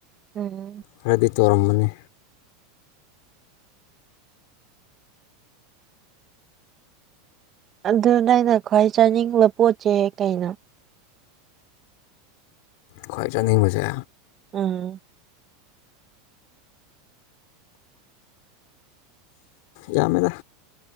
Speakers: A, on the right; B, on the left.
A: ꯎꯝ
B: ꯈꯔꯗꯤ ꯇꯧꯔꯝꯃꯅꯤ
A: ꯑꯗꯨ ꯅ ꯑꯪꯩꯅ ꯈ꯭ꯋꯥꯏ ꯆꯥꯅꯤꯡꯕ ꯄꯣꯠꯁꯦ ꯀꯩꯅꯣ
B: ꯈ꯭ꯋꯥꯏ ꯆꯥꯅꯤꯡꯕꯁꯦ
A: ꯎꯝ
B: ꯌꯥꯝꯗ